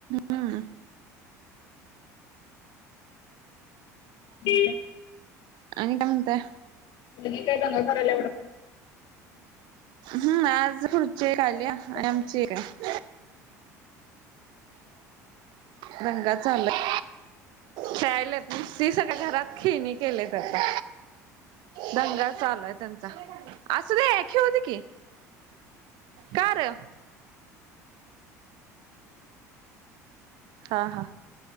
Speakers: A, on the right (about 60°); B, on the left (about 55°).
A: हा
B: ते
A: आणि काय म्हणतय?
B: म्हण काय ब करायला आवडतं <inaudible>
A: हम्म आज पुढची
B: मुलगी
A: आली
B: काय दंगा
A: आणि
B: करत
A: आमची
B: नाही ना
A: एक आहे. दंगा चालोय, खेळायला, नुसती सर्व घरात खेळणी.. केलंय त्याचा दंगा चालूय त्यांचा अस द होत की कर <inaudible> हा हा